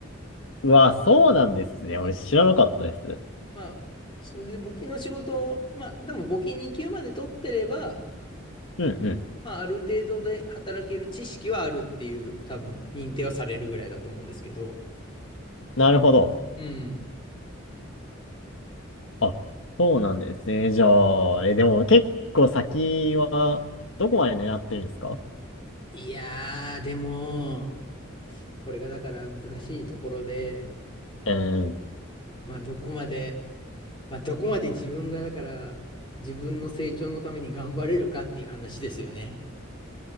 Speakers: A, on the left; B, on the left.
A: うわ、そうなんですね。俺知らなかったです。
B: うん。まあ、それで募金の仕事を、まあ、でも募金2級まで取ってれば、
A: うんうん。
B: まあ、ある程度で働ける知識はあるっていう、多分認定はされるぐらいだと思うんですけど、
A: なるほど。
B: うん。
A: あ、そうなんですね。じゃあ、え、でも結構先はどこまで狙ってるんですか
B: いやー、でも、これがだから難しいところで、
A: うん。
B: まあ、どこまで、まあ、どこまで自分がだから、自分の成長のために頑張れるかっていう話ですよね。